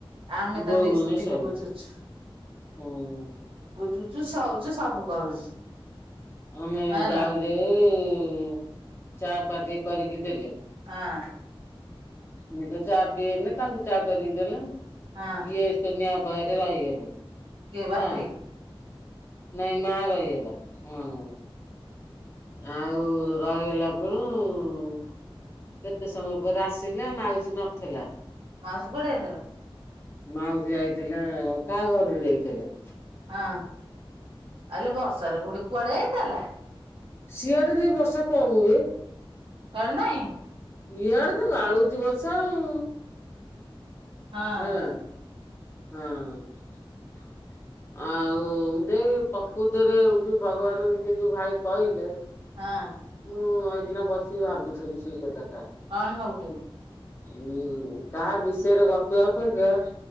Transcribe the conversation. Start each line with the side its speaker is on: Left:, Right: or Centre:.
Right: ଆମେ
Left: ବୋଉ
Right: ତ ଦେଇ
Left: ମାନେ
Right: ସେତ୍
Left: ସବୁ
Right: ତିକି ବୁଝୁଛୁ
Left: ହୁଁ
Right: ବୁଝୁଛୁ ସଉଛୁ ସବୁ କରୁଛୁ।
Left: ଆମେ
Right: ହେଲା
Left: ଯାଉ ଯାଉ ଚା ପା ଟିକେ କରିକି ଦେଲେ।
Right: ହଁ।
Left: ମୁଁ ତ ଚା ପିଏନି ତାଙ୍କୁ ଚା କରି ଦେଲେ
Right: ହଁ
Left: ଇଏ ସୁନିଆଁ ଅପା ହରେ ରହିଗଲୁ।
Right: କିଏ ବାପି?
Left: ମା ନାଇଁ ମା ରହିଗଲା ହଁ। ଆଉ ରହିଗଲା କୁଳୁ କେତେ ସମୟ ପରେ ଆସିଲା ମାଉସୀ ନଥିଲା।
Right: ମାଉସୀ କୁଆଡେ ଯାଇଥିଲା?
Left: ମାଉସୀ ଯାଇଥିଲେ କାହା ଘରକୁ ଯାଇଥିଲେ?
Right: ହଁ ଆଲୋ ବର୍ଷାରେ ବୁଢୀ କୁଆଡେ ଯାଇଥିଲା?
Left: ଶିଆଡେ ଦେଇ ବର୍ଷା କମ ହୁଏ।
Right: ତୋ ଆଡେ ନାଇଁ?
Left: ଇଆଡେ ତ ଗାଳୁଚି ବର୍ଷା ଆଉ।
Right: ହଁ।
Left: ହେଲା ହଁ। ଯେ ପ୍ରକୃତିରେ ଯୋଉ ଭଗବାନ ହଇଛି ଯୋଉ ଭାଇ କହିଲେ
Right: ହାଁ।
Left: ମୁଁ ଏଇଦିନ ବସି ଭାବୁଥିଲି ସେଇ କଥାଟା।
Right: ଆ ଭାବୁଥିଲୁ।
Left: ହୁଁ କାହା ବିଷୟରେ ଗପିଆ ଅପେକ୍ଷା